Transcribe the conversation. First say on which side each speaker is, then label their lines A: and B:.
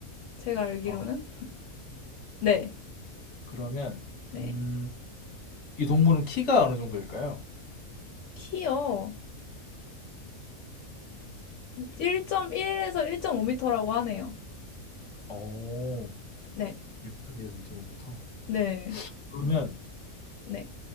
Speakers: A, on the left; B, on the left.
A: 제가 알기로는.
B: 어,
A: 네,
B: 그러면,
A: 네.
B: 음, 이 동물은 키가 어느 정도일까요?
A: 키요. 1.1에서 1 5터라고 하네요.
B: 오
A: 네,
B: 1.2에서 1.5m.
A: 네,
B: 그러면
A: 네,